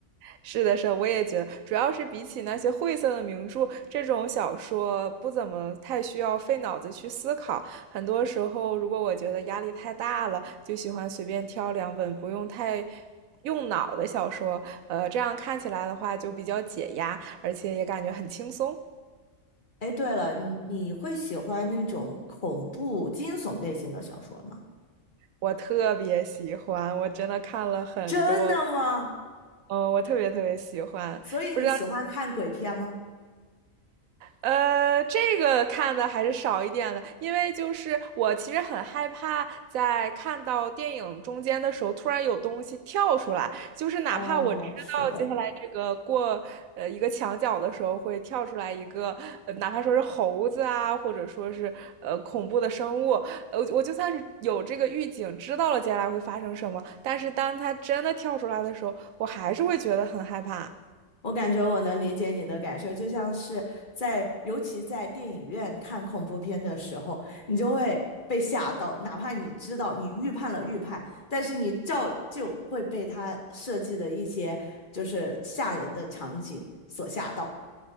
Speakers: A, on the right (about 85°); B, on the left (about 40°).
A: 是的，是的，我也觉得，主要是比起那些晦涩的名著，这种小说不怎么太需要费脑子去思考。很多时候，如果我觉得压力太大了，就喜欢随便挑两本不用太用脑的小说，呃，这样看起来的话就比较解压，而且也感觉很轻松。
B: 哎，对了，你你会喜欢那种恐怖惊悚类型的小说吗？
A: 我特别喜欢，我真的看了很多，
B: 真的吗？
A: 嗯、我特别特别喜欢，
B: 所以你喜欢看鬼片吗？
A: 不知道。呃，这个看的还是少一点的，因为就是我其实很害怕在看到电影中间的时候，突然有东西跳出来，就是哪怕我知道接下来这个过呃一个墙角的时候会跳出来一个，
B: 哦，是的。
A: 呃哪怕说是猴子啊，或者说是呃恐怖的生物，呃我就算是有这个预警，知道了接下来会发生什么，但是当它真的跳出来的时候，我还是会觉得很害怕。
B: 我感觉我能理解你的感受，就像是在，尤其在电影院看恐怖片的时候，你就会被吓到，哪怕你知道你预判了预判，但是你照旧会被他设计的一些就是吓人的场景所吓到。